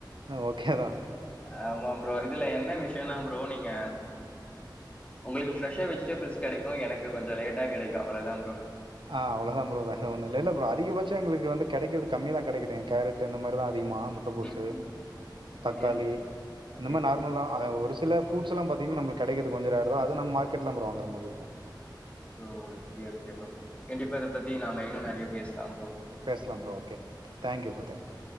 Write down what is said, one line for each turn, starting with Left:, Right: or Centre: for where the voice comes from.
Right: ஓகேதா
Left: ஆமா ப்ரோ இதுல என்ன விஷயம்னா ப்ரோ நீங்க உங்களுக்கு ஃப்ரெஷ்ஷா வெஜிடபிள்ஸ் கெடைக்கு எனக்கு கொஞ்ச லேட்டா கெடைக்கு அவ்ளதா ப்ரோ அவ்வளோதான் ப்ரோ
Right: ஆ அவ்ளதா ப்ரோ வேற ஒண்ணு இல்ல இல்ல ப்ரோ அதிகபச்சோ எங்களுக்கு வந்து கெடைக்குறது கம்மி தா கிடைக்குது எ கேரட் இந்த மாரி தா அதிகமா முட்டகோசு
Left: ம் ம்
Right: தக்காளி
Left: ஓகே
Right: இந்த
Left: ஓகே
Right: மாரி நார்மல் தா ஒரு சில ஃபுரூட்ஸ் எல்லா பாத்தா <unintelligible> நம்மளுக்கு கெடைக்குரகு கொஞ்ச ரேர்தா அது நம் மார்கெட்லாம் ப்ரோ வாங்குர மாரி இருக்கு
Left: ஓ <unintelligible> கண்டிப்பா அத பத்தி நாம இன்னு நிறைய பேசலா
Right: பேச்லா bro okay thank you bro thank you